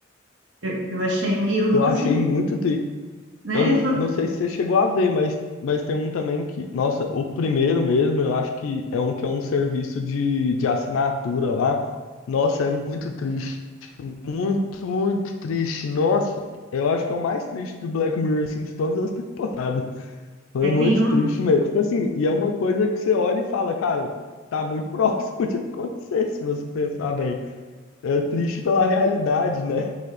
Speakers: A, on the right; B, on the left.
A: Eu, eu achei meio
B: Eu achei
A: assim,
B: muito triste.
A: né?
B: Eu não,
A: fo-
B: não sei se você chegou a ver, mas, mas tem um também que, nossa, o primeiro mesmo, eu acho que é um que é um serviço de, de assinatura lá. Nossa, é muito triste. Muito, muito triste. Nossa, eu acho que é o mais triste do Black Mirror, assim, de todas as temporadas. <laughs> Foi
A: É,
B: muito
A: tem um,
B: triste mesmo. Tipo assim, e é uma coisa que você olha e fala, cara, tá muito <laughs> próximo de acontecer, se você pensar bem. É triste pela realidade, né?